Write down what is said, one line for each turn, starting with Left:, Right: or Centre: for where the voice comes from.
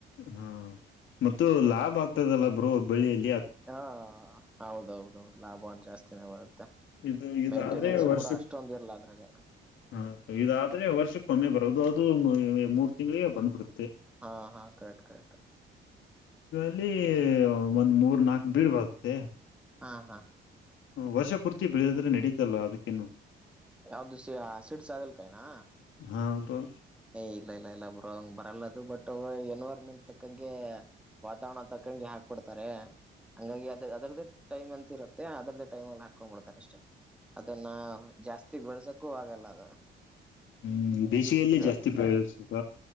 Left: ಹಾ ಮ ಲಾಭ ಆಗ್ತದಲ್ಲ ಬ್ರೋ ಬಳ್ಳಿಯಲ್ಲಿ
Centre: ಹಾ ಹೌದೌದೌದು ಲಾಭ ಜಾಸ್ತಿನೇ ಬರುತ್ತೆ
Left: ಇದು ಇದಾದ್ರೆ
Centre: ಮ ಮೇಂಟೆನೆನ್ಸ
Left: ವರ್ಷಕ್
Centre: ಕೂಡ ಅಷ್ಟೊಂದ ಇರ್ಲ್ಲ ಅದ್ರಾಗ
Left: ಹ ಇದಾದ್ರೆ ವರ್ಷಕ್ಕಮ್ಮೆ ಬರೋದು ಅದು ಮೂರು ತಿಂಗ್ಳಿಗೆ ಬಂದ್ಬಿಡ್ತದೆ
Centre: ಹಾ ಹಾ ಕೆಕ್ಟ್ ಕೆಕ್ಟ್
Left: ಅಲ್ಲಿ ಒಂದ್ ಮೂರ್ ನಾಕ್ು ಬೀಡ್ ಬರುತ್ತೆ
Centre: ಹಾ ಹಾ
Left: ವರ್ಷ ಪೂರ್ತಿ ಬೆಳೆದ್ರೆ ನಡೀತಲ್ಲ ಅದಕ್ಕೇನು
Centre: ಯಾವ್ದು ಸಿ ಸಿಡ್ಸ್ ಆಗಲ್ಕಾಯನಾ
Left: ಹಾ ಬ್ರೋ
Centre: ಏ ಇಲ್ಲ ಇಲ್ಲ ಇಲ್ಲ ಬರಂಗ ಬರಲ್ಲದು ಬಟ್ ಎನ್ವೈರ್ಮೆಂಟ್ ತಕ್ಕಂಗೆ ವಾತಾವರಣ ತಕ್ಕ ಕಂಗಗೆ ಹಾಕ್ಬಿಡ್ತಾರೆ ಹಂಗಾಗಿ ಅದ ಅದೇ ಟೈಮ್ ಅಂತ ಇರುತ್ತೆ ಅದ್ದೇ ಟೈ್ ಅಲ್ಲಿ ಹಾಕೊಂಡ್ಬ ಬಿಡ್ತಾರೆ ಅದನ್ನ ಜಾಸ್ತಿ ಬೆಳಸಕ್ಕೂ ಆಗಲ್ಲ ಅದು
Left: ಹ್ಮ್ ಬೇಸಿಗೆಲ್ಲ
Centre: ಇವ
Left: ಜಾಸ್ತಿ ಬೆಳಸು